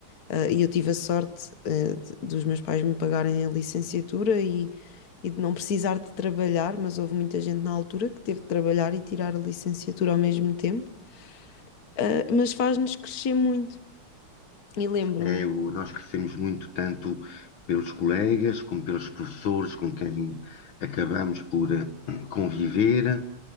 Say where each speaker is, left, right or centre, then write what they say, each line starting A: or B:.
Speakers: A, on the left (about 45°); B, on the left (about 65°).
A: ah, e eu tive a sorte, eh, de- dos meus pais me pagarem a licenciatura e. E de não precisar de trabalhar, mas houve muita gente na altura que teve de trabalhar e tirar a licenciatura ao mesmo tempo. Ah, mas faz-nos crescer muito. E lembro-me,
B: É, o- nós crescemos muito, tanto pelos colegas, como pelos professores com quem acabamos por eh, conviver.